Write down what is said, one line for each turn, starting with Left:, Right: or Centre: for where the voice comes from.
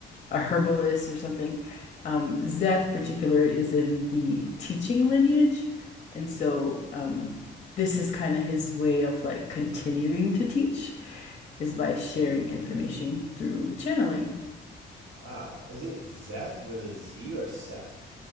Left: a herbalist, or something. Um, Zeth particular is in the teaching lineage, and so um, this is kind of his way of like continuing to teach is by sharing information through channeling.
Right: Wow. Is it Zeth with a Z or Seth?